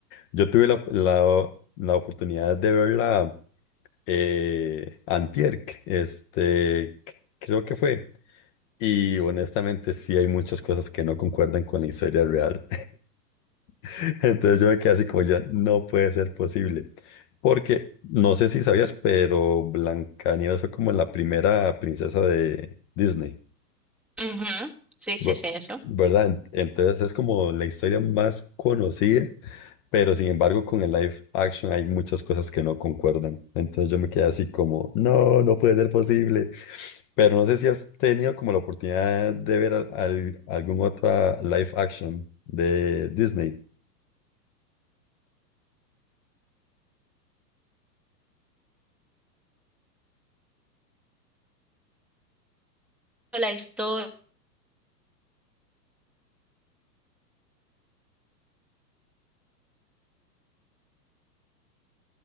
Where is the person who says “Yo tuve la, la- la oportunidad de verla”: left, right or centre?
Left